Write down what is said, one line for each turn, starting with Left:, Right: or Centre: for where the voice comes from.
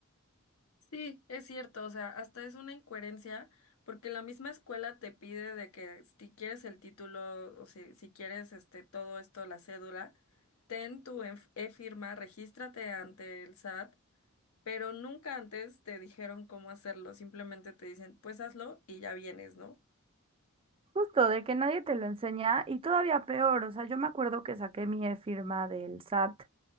Left: Sí, es cierto, o sea, hasta es una incoherencia porque la misma escuela te pide de que si quieres el título o si, si quieres este todo esto, la cédula, ten tu enf- e-firma, regístrate ante el SAT, pero nunca antes te dijeron cómo hacerlo, simplemente te dicen, pues hazlo y ya vienes, ¿no?
Right: Justo, de que nadie te lo enseña y todavía peor, o sea, yo me acuerdo que saqué mi e-firma del SAT